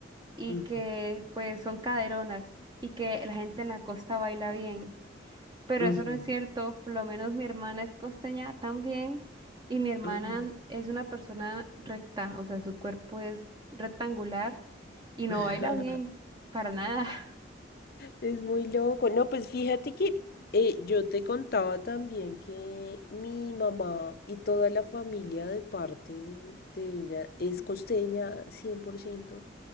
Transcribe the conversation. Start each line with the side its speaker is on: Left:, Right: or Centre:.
Right: y
Left: ujú,
Right: que pues son caderonas y que la gente en la costa baila bien. Pero
Left: ujú,
Right: eso no es cierto, por lo menos mi hermana es costeña también y mi hermana
Left: ujú.
Right: es una persona recta, o sea, su cuerpo es rectangular y no
Left: <laughs>
Right: baila bien, para nada, <laughs>
Left: Es muy loco. No, pues fíjate que eh, yo te contaba también que mi mamá y toda la familia de parte de, de ella es costeña cien por ciento